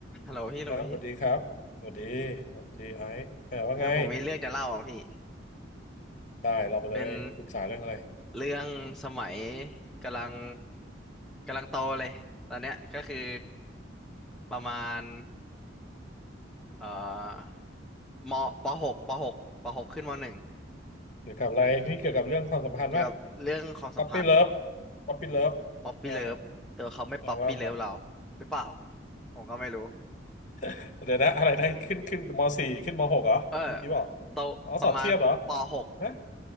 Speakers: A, in the centre; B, on the left (about 40°).
A: ฮัลโหลพี่หลุย
B: ครับสวัสดีครับสวัสดีสวัสดีไอซ์เออว่าไง
A: เออผมมีเรื่องจะเล่าอ่ะพี่
B: ได้เรามาเลยปรึกษาเรื่องอะไร
A: เป็นเรื่องสมัยกำลังกำลังโตเลยตอนเนี้ยก็คือประมาณเอ่อมปหกปหกปหกขึ้นมหนึ่ง
B: เกี่ยวกับอะไรนี่เกี่ยวกับเรื่องความสัมพันธ์ป่ะ
A: เกี่ยวกับเรื่องความสัมพันธ์
B: ป๊อปปี้เลิฟป๊อปปี้เลิฟเออ
A: ป๊อปปี้เลิฟแต่ว่าเขาไม่ป๊อปปี้เลิฟเรา
B: เอาว่ามา
A: หรือเปล่าผมก็ไม่รู้
B: <laughs> เดี๋ยวนะอะไรนะขึ้นขึ้นมสี่ขึ้นมหกเหรอเมื่อกี้บอก
A: เออโตประมาณปหก
B: อ๋อสอบเทียบเหรอฮะ